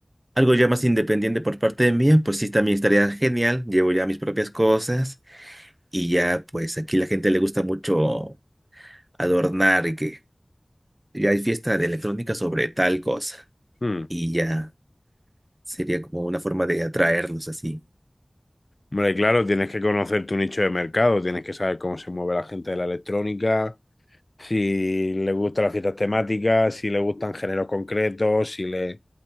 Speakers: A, on the right; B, on the left.
A: algo ya más independiente por parte de mía, pues sí, también estaría genial. Llevo ya mis propias cosas y ya, pues aquí la gente le gusta mucho adornar y que ya hay fiesta de electrónica sobre tal cosa.
B: Mm.
A: Y ya sería como una forma de atraerlos así.
B: Hombre, claro, tienes que conocer tu nicho de mercado, tienes que saber cómo se mueve la gente de la electrónica, si le gustan las fiestas temáticas, si le gustan géneros concretos, si le